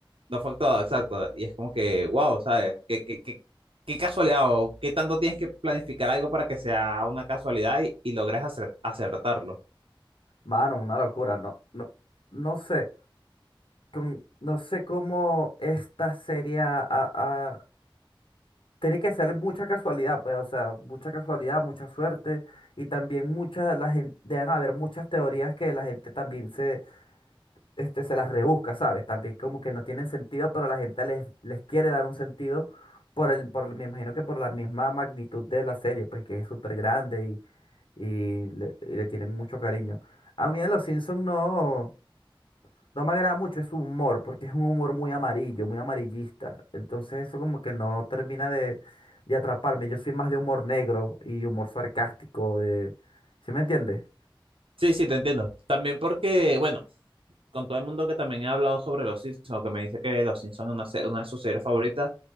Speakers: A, on the right; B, on the left.
A: No fue actuado, exacto. Y es como que, wow, ¿sabes? ¿Qué, qué, qué, qué casualidad o qué tanto tienes que planificar algo para que sea una casualidad y, y logres acer- acertarlo?
B: Mano, una locura. No, no, no sé. con- no sé cómo esta serie a- a- tiene que ser mucha casualidad, pues, o sea, mucha casualidad, mucha suerte. Y también mucha, la gente, deben haber muchas teorías que la gente también se, este, se las rebusca, ¿sabes? También como que no tienen sentido, pero la gente les, les quiere dar un sentido por el, por, me imagino que por la misma magnitud de la serie, pues que es súper grande y, y le, y le tienen mucho cariño. A mí en Los Simpsons no. No me agrada mucho su humor, porque es un humor muy amarillo, muy amarillista. Entonces eso como que no termina de, de atraparme. Yo soy más de humor negro y humor sarcástico. De... ¿Sí me entiendes?
A: Sí, sí, te entiendo. También porque, bueno, con todo el mundo que también ha hablado sobre Los Simpsons, o que me dice que Los Simpsons es una, se- una de sus series favoritas,